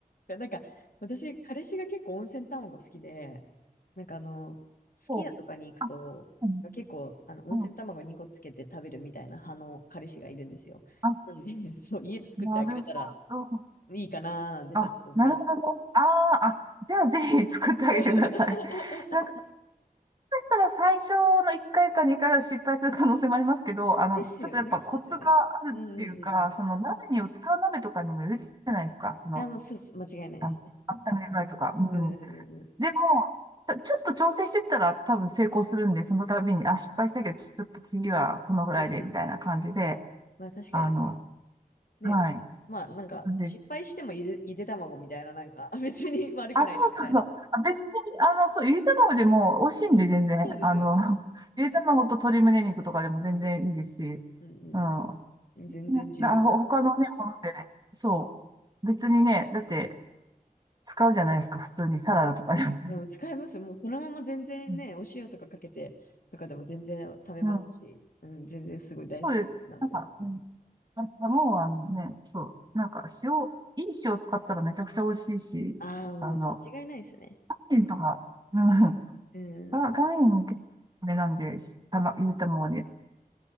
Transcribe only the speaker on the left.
かなんか、私、彼氏が結構温泉卵好きで、なんかあの、すき家とかに行くと、
結構、あの、温泉卵2個つけて食べるみたいな派の彼氏がいるんですよ。
なので、<laughs> そう、家で作ってあげれたら
いいかなーなんてちょっと思いま
す。
<laughs>
ですよね、
そうですよね。うんうんうんうん。い
や、もう、そうそ間違いないですね。
うんうんうんうん。
うんうんうん。
まあ、確かに。
ね。
まあ、なんか、
失敗してもゆで、ゆで卵みたいな、なんか、別に悪くないな、
みたいな。
そう、
そうですよね。
うんうん
うん。全然十分です。
いや、もう使えます。もうそのまま全然ね、
お塩とかかけてとかでも全然食べますし、
うん、全然すごい大好きなんで。
ああ、もう間違いないですね。
うん、